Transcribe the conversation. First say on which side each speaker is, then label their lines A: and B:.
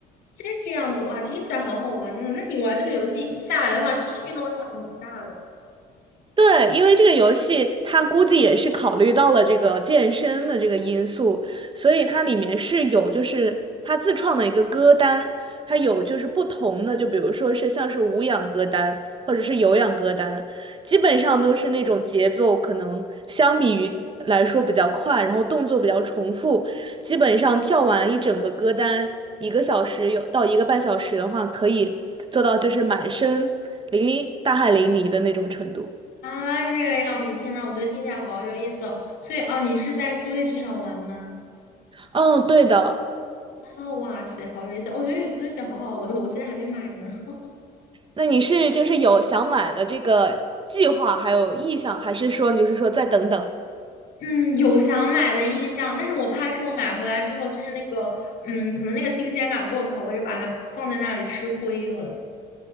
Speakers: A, on the left (about 75°); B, on the right (about 30°).
A: 这个样子，哇，听起来好好玩呢。那你玩这个游戏下来的话，是不是运动量还蛮大的？
B: 对，因为这个游戏它估计也是考虑到了这个健身的这个因素，所以它里面是有就是它自创的一个歌单，它有就是不同的，就比如说是像是无氧歌单或者是有氧歌单，基本上都是那种节奏可能相比于来说比较快，然后动作比较重复，基本上跳完一整个歌单，一个小时有到一个半小时的话，可以做到就是满身淋漓大汗淋漓的那种程度。
A: 啊，这个样子，天呐，我觉得听起来好有意思哦。所以啊，你是在 Switch 上玩吗？
B: 嗯，对的。
A: 啊，哇塞，好有意思！我觉得有 Switch 好好，我都我现在还没买呢。<laughs>
B: 那你是就是有想买的这个计划，还有意向，还是说你就是说再等等？
A: 嗯，有想买的意向，但是我怕是我买回来之后，就是那个，嗯，可能那个新鲜感过头了，就把它放在那里吃灰了。